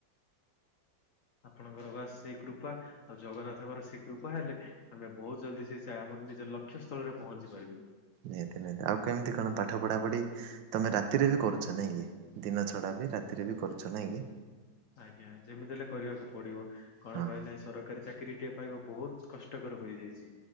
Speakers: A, on the left; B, on the right.
A: ଆପଣଙ୍କର ବାସ୍ ସେଇ କୃପା। ଆଉ ଜଗନ୍ନାଥଙ୍କର ସେ କୃପା ହେଲେ ଆମେ ବହୁତ ଜଲଦି ସେ ଆମର ନିଜ ଲକ୍ଷ୍ୟ ସ୍ଥଳରେ ପହଞ୍ଚି ପାରିବୁ।
B: ନିହାତି ନିହାତି ଆଉ କେମିତି କଣ ପାଠ ପଢ଼ାପଢ଼ି ତମେ ରାତିରେ ବି କରୁଛ ନାଇଁ କି ଦିନ ଛଡା ବି ରାତିରେ ବି କରୁଛ ନାଇଁ କି
A: ଆଜ୍ଞା ଯେମିତି ହେଲେ କରିବାକୁ ପଡିବ କଣ
B: ହଁ
A: ପାଇଁ
B: ହଁ
A: ନାଇଁ ସରକାରୀ ଚାକିରି। ଚାକିରିଟିଏ ପାଇବା ବହୁତ କଷ୍ଟକର ହୋଇଯାଇଛି